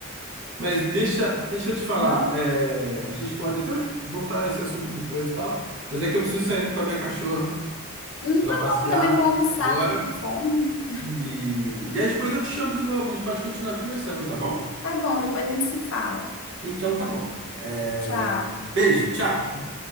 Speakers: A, on the right (about 55°); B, on the left (about 70°).
A: Mas deixa, deixa eu te falar,
B: Aham.
A: é, a gente pode até voltar a esse assunto depois e tal, mas é que eu preciso sair com a minha cachorra
B: Hum,
A: pra
B: tá
A: ela passear
B: bom, eu também vou almoçar,
A: agora.
B: tô com fome.
A: E, e aí depois eu te chamo de novo, a gente pode continuar conversando, tá bom?
B: Tá bom, depois a gente se fala.
A: Então tá bom. É,
B: Tchau.
A: Beijo, tchau.